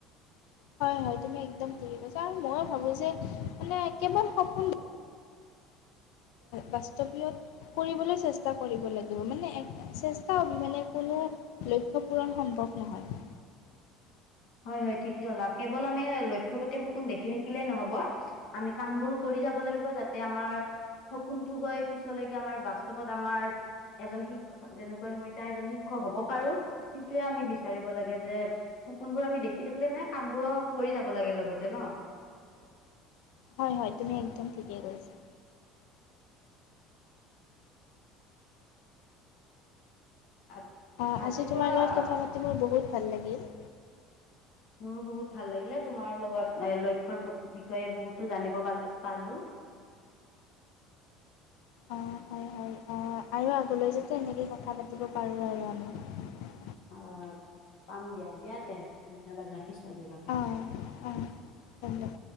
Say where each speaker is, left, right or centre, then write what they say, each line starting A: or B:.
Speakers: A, on the left; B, on the left.
A: হয় - হয়, তুমি একদম ঠিকে কৈছা। মইয়ো ভাবো যে মানে কেৱল সপোন বাস্তৱীয়ত কৰিবলৈ চেষ্টা কৰিব লাগিব। মানে চেষ্টা অবিহনে কোনো লক্ষ্য পূৰণ সম্ভৱ নহয়।
B: হয় - হয়, ঠিকে কলা। কেৱল আমি লক্ষ্যৰ প্ৰতি সপোন দেখি থাকিলেই নহ'ব। আমি কামবোৰো কৰি যাব লাগিব, যাতে আমাৰ সপোনটো গৈ পিছলৈকে আমাৰ বাস্তৱত আমাৰ এজন শিক্ষ- যেনেকৈ মই তাই এজন শিক্ষক হ'ব পাৰোঁ। সিটোৱে আমি বিচাৰিব লাগে যে সপোনবোৰ আমি দেখি থাকিলে নহয়, কামবোৰো কৰি যাব লাগে লগতে, ন'?
A: হয় - হয়, তুমি একদম ঠিকেই কৈছা।
B: আ-
A: অ'
B: আজিৰ
A: আজি তোমাৰ
B: পৰা
A: লগত কথা পাতি মোৰ বহুত ভাল লাগিল।
B: মোৰো বহুত ভাল লাগিলে। তোমাৰ লগত এ- লক্ষ্যৰ প্ৰতি বিষয়ে বহুতো জানিব পাৰলো- পালোঁ।
A: অঁ হয় হয় অঁ আৰু আগলৈ যাতে এনেকেই কথা পাতিব পাৰোঁ আৰু আমি।
B: আহ পাম দিয়া। দিয়া তে। ধন্যবাদ, ৰাখিছোঁ আজিৰ বাবে।
A: অঁ অঁ ধন্যবাদ